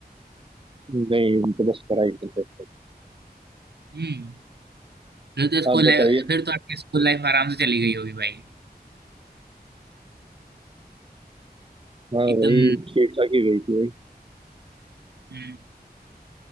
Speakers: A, on the right (about 30°); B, on the right (about 80°).
A: नहीं हम तो बस पढ़ाई करते थे
B: हम्म फिर तो स्कूल
A: आप बताइए
B: लाइफ फिर तो आपकी स्कूल लाइफ आराम से चली गई होगी भाई
A: हाँ
B: एकदम
A: वही ठीक ठाक ही गई थी वही
B: हम्म